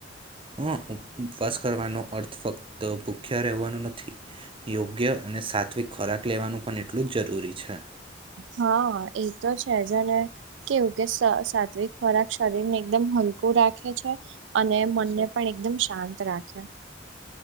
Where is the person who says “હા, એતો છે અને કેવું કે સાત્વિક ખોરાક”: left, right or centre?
Right